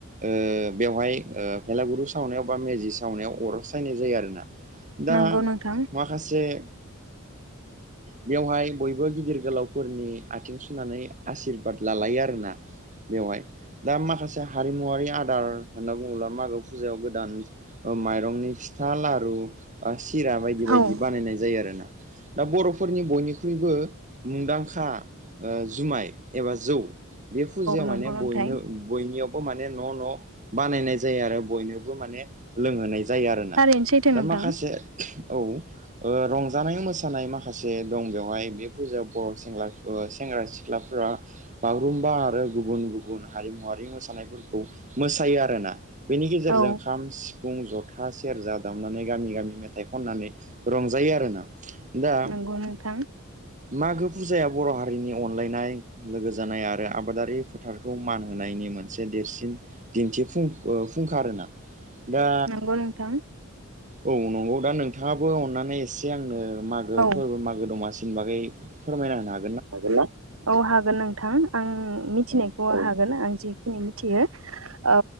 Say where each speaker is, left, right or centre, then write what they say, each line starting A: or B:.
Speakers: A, on the right; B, on the right.
A: ओ बेवहाय ओ भेलागुरु सावनायाव बा मेजि सावनायाव अर सायनाय जायो आरोना। दा
B: नंगौ नोंथां
A: माखासे <inaudible> बेवहाय बयबो गिदिर गोलावफोरनि आथिं सुनानै आसिरबाद लालायो आरोना बेवहाय दा माखासे हारिमुवरारि आदार होनना बुङोब्ला मागो फुजायाव गोदान ओ माइरंनि फिथा लारु ओ सि किरा बायदि बायदि
B: औ
A: बानायनाय जायो आरोना। दा बरफ फोरनि बयनिख्रुइबो मुंदांखा ओ जुमाय एबा जौ। बे फुजाया
B: नंगौ
A: माने
B: नोंथां
A: बयनो बयनियावबो माने न' न' बानायनाय जाया आरो बयनोबो माने लोंहोनाय जायो आरोना
B: थारैनो सैथो
A: दा
B: नोंथां
A: माखासे औ। ओ रंजानाय मोसानाय माखा खासे दं बेवहाय बे फुजायाव बर सेंला सेंग्रा सिख्लाफोरा बागुरुम्बा आरो गुबुन गुबुन हारिमुवारि मोसानायफोरखौ मोसायो आरोना। बेनि गेजेरजों
B: औ
A: खाम सि फुं जथा सेरजा दामनानै गामि गामि मेथाइ खननानै रंजायो आरोना। दा।
B: नंगौ नोंथां
A: मागो फुजायाव। बर हारिनि अनलायनाय लोगो जानाय आरो आबादारि फोथारखौ मान होनायनि मोनसे देरसिन दिन्थिफुं ओ फुंखा आरोना। दा
B: नंगौ नोंथां।
A: औ नंगौ दा नोंथाङाबो अननानै एसे आंनो। मागो
B: औ
A: फोर्बो मागो दमासिनि बागै। फोरमायना होनो हा
B: हागोन्ना? औ हागोन नों थां आं। ओ मिथिनायखौ
A: औ
B: हागोन आं। जिखिनि मिथियो। औ